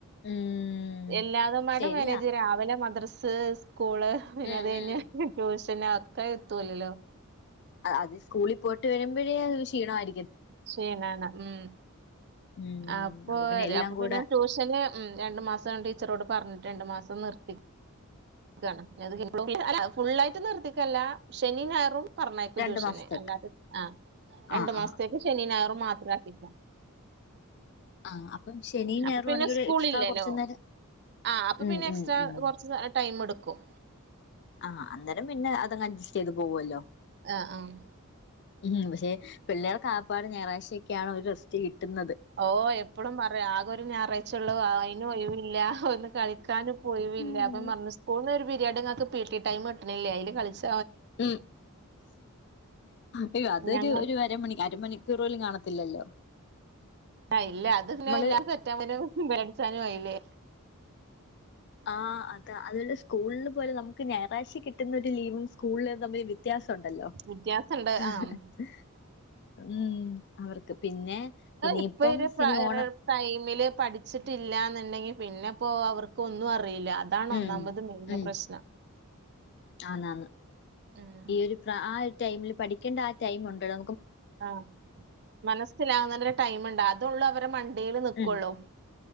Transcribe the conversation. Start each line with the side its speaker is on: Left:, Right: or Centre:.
Left: ഉം
Right: എല്ലാതും മാടെ
Left: ശരിയാ
Right: മേനേജ് രാവിലെ മദ്രസ് സ്കൂള് പിന്നെത്കഴിഞ്ഞ്
Left: ഉം ഉം
Right: ട്യൂഷനാക്കെ എത്തുലല്ലോ
Left: അതിസ്കൂളിപോയിട്ട് വരുമ്പോഴേ ക്ഷീണമായി
Right: ശീനാണ് ഉം
Left: ഉം
Right: അപ്പൊ
Left: പിന്നെ എല്ലാം
Right: അപ്പൊ
Left: കൂടെ
Right: പിന്നെ ട്യൂഷന് ഉം രണ്ട് മാസം ടീച്ചറോട് പറഞ്ഞിട്ട്ണ്ട്‌. രണ്ടു മാസം നിർത്തി. ക്കാണ് ഇനി അത് <unintelligible> അത് ഫുള്ളായിട്ട് നിർത്തിക്കല്ല ശനിം ഞായറും പറഞ്ഞേക്കും
Left: രണ്ടു
Right: ട്യൂഷന്
Left: മാസത്തേക്ക്
Right: അല്ലാത്ത ആ രണ്ടു
Left: ആഹ്
Right: മാസത്തേക്ക്
Left: ആഹ്
Right: ശനി ഞായറും മാത്ര ആക്ക്യക്ക
Left: ആ അപ്പം ശെനി ഞായറുആണെങ്കി
Right: അപ്പൊ പിന്നെ
Left: ഒരു
Right: സ്കൂളില്ലല്ലോ
Left: എക്സ്ട്രാ കൊർച്ച നേരം,
Right: ആഹ് അപ്പൊ
Left: ഉം
Right: പിന്നെ എക്സ്ട്രാ
Left: ഉം ഉം
Right: കൊറച്ച് ടൈം ട്ക്കും
Left: ആഹ് അന്നേരം പിന്നെ അതങ്ങ് അഡ്ജസ്റ്റ് ചെയ്ത് പോവല്ലോ
Right: ആഹ് ആഹ്
Left: ഉം പക്ഷെ പിള്ളേർക്ക്ആകാപ്പാടെ ഞായറാഴ്ചയൊക്കെയാണ് ഒരു റെസ്റ്റ് കിട്ടുന്നത്
Right: ഓ എപ്പളും പറയും. ആകെ ഒരു ഞായറാഴ്ച്ചുള്ളൂ. അയിനും ഒഴിവില്ല. ഒന്ന് കളിക്കാനും, പ്പൊയിവില്ല
Left: ഉം
Right: അപ്പം പറഞ്ഞു സ്കൂൾന്നൊരു പിരിയഡ്ങ്ങക്ക് പി ടി ടൈംട്ട്ണില്ലേ അതില്കളിച്ച
Left: ഉം അയ്യോ അതൊരു
Right: ഞങ്ങക്ക്
Left: ഒരു അരമണിക്ക് അരമണി <unintelligible> റോയിൽന് കാണത്തില്ലല്ലോ.
Right: ആഹ് ഇല്ല. <unintelligible>
Left: നമ്മള്
Right: ച്ചാനും ആയില്ലേ.
Left: ആഹ് അത അതല്ലെ സ്കൂളില് പോലെ നമ്മുക്ക് ഞായറഴ്ച കിട്ടുന്നൊരുലീവും സ്കൂളിൽതമ്മി വ്യത്യാസംണ്ടല്ലോ
Right: വ്യത്യാസണ്ട്
Left: <unintelligible>
Right: ആഹ്
Left: ഉം അവർക്ക് പിന്നെ ഇനിയിപ്പം
Right: ഇപ്പൊ ഒരു
Left: ശെനി ഓണ
Right: ടൈമില് പഠിച്ചിട്ടില്ലാന്ന്ണ്ടെങ്കി പിന്നെപ്പോ അവർക്ക് ഒന്നു അറിയില്ല. <unintelligible> അതാണ്ഒന്നാമ്പത്
Left: ഉം
Right: മെയിന്പ്രശ്നം
Left: ഉം ആന്നാന്ന്
Right: ഉം
Left: ഈഒരുപ്ര ആഒരു ടൈമില് പഠിക്കേണ്ടആ ടൈമുണ്ട്ളൊ
Right: ആഹ് മനസ്സിലാകാണന ടൈമുണ്ട്. അതേള്ളൂ അവരെ മണ്ടേൽ ന്ക്കുള്ളൂ.
Left: ഉം
Right: <inaudible>